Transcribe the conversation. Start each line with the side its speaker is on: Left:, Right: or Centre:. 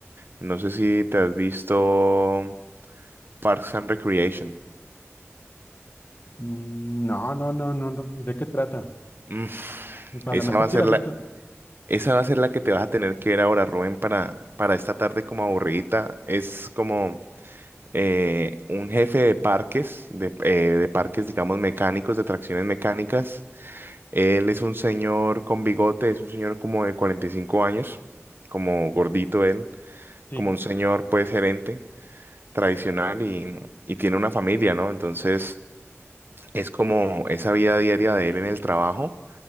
Right: No sé si te has visto Parks and Recreation.
Left: Mm, No, no, no, no, no. ¿De qué trata?
Right: Mm,
Left: A
Right: esa
Left: lo mejor
Right: va a
Left: sí
Right: ser
Left: la he
Right: la,
Left: visto.
Right: Esa va a ser la que te vas a tener que ver ahora, Rubén, para, para esta tarde como aburridita. Es como eh, un jefe de parques, de, eh, de parques, digamos, mecánicos, de tracciones mecánicas. Él es un señor con bigote, es un señor como de 45 años, como gordito él,
Left: Sí.
Right: como un señor, pues, gerente tradicional y, y tiene una familia, ¿no? Entonces, es como esa vida diaria de él en el trabajo